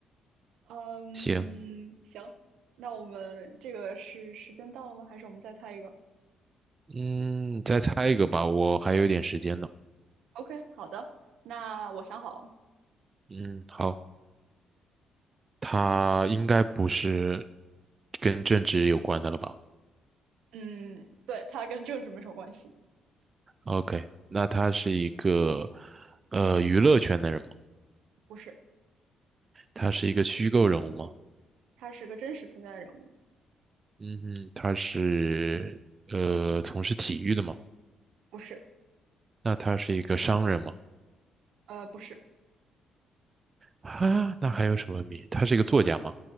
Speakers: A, on the right; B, on the right.
A: 嗯，
B: 行，
A: 行，那我们这个是时间到了吗？还是我们再猜一个？
B: 嗯，再猜一个吧，我还有一点时间呢。
A: OK，好的，那我想好了，
B: 嗯，好，他应该不是跟政治有关的了吧
A: 嗯，对，他跟政治没什么关系，
B: ？OK，那他是一个呃娱乐圈的人吗？
A: 不是，
B: 他是一个虚构人物吗？
A: 他是个真实存在的人物，
B: 嗯哼，他是呃从事体育的吗？
A: 不是，
B: 那他是一个商人吗？
A: 呃，不是，
B: 啊，那还有什么名？他是一个作家吗？